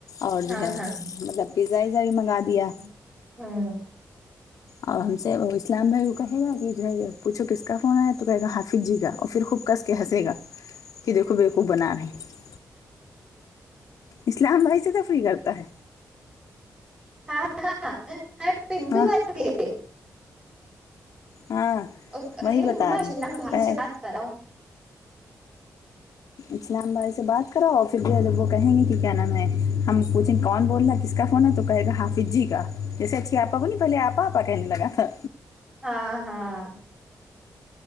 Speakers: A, on the left; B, on the right.
A: اور
B: ہاں
A: جو ہے
B: ہاں
A: مطلب پیزا وزا بھی منگا
B: ہوں
A: دیا
B: ہاں
A: اور ہم سے وہ اسلام بھائی کو کہے گا کہ جو ہے پوچھو کس کا فون آیا تو کہے گا ہافظ جی کا اور پھر خوب کس کہ ج گا کہ دیکھو بےقوف بنا رہے ہیں اسلام وہی سے تفری کرتا ہے
B: ہاں ہاں <unintelligible>
A: ہاں ہاں
B: اور کہے
A: وہی
B: کی
A: بتا
B: ممما
A: رہے
B: اسلام بھائی سے
A: ہیں
B: بات کراؤ
A: اسلام بھائی سے بات کراو اور پھر بھی لوگ وہ کہیں گے کہ کیا نام ہے ہم پوچھیں گے کون بول رہنا ہے کس کا فن تو کہے گا حافظ جی کا جیسے اچھی آپا کو نہیں پہلے آپ آپ کا کہنے لگا تھا
B: ہاں ہاں